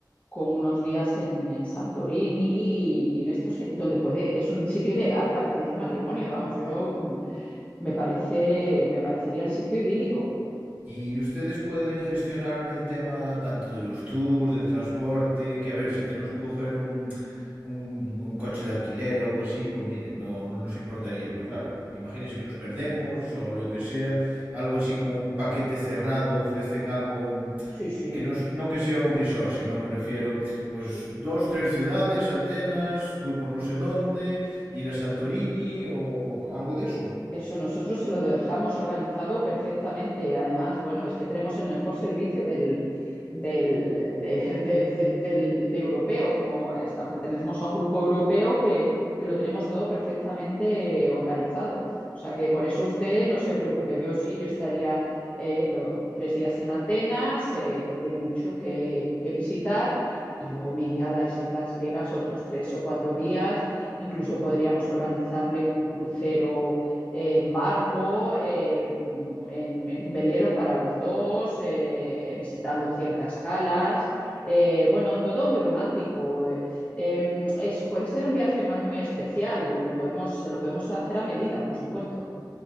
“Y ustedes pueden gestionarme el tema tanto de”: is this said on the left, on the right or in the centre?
Right